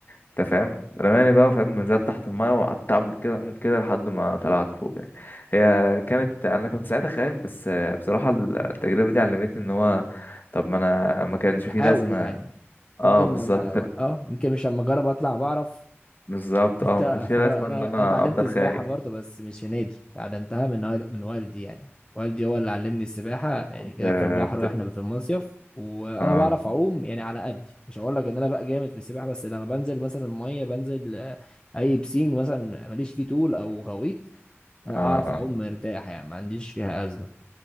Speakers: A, on the left; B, on the left.
A: انت فاهم رماني بقى فاهم نزلت تحت المايه وقعدت اعمل كده اعمل كده لحد ما طلعت فوق يعني هي كانت انا كنت ساعتها خايف بس آه، بصراحه التجربه دي علمتني ان هو طب ما انا ما كانش
B: تحاول
A: فيه لازمه
B: يعني
A: اه
B: ممكن
A: بالظبط
B: لما
A: كانت-
B: اه يمكن مش لما اجرب اطلع بعرف
A: بالظبط
B: انت
A: اه ما كانش فيه
B: فانا
A: لازمه
B: انا
A: ان انا
B: انا اتعلمت
A: افضل
B: سباحه
A: خايف
B: برضه بس مش في نادي اتعلمتها من وال- من والدي يعني والدي هو اللي علمني السباحه يعني
A: كنت
B: كده
A: اه
B: في البحر واحنا في المصيف وانا
A: اه,
B: بعرف اعوم يعني على قدي مش هقول لك ان انا بقى جامد في السباحه بس لما بنزل مثلا ميه بنزل آه، اي بسين مثلا ماليش فيه طول او غويط اعرف
A: آه.
B: اعوم مرتاح يعني ما عنديش فيها ازمه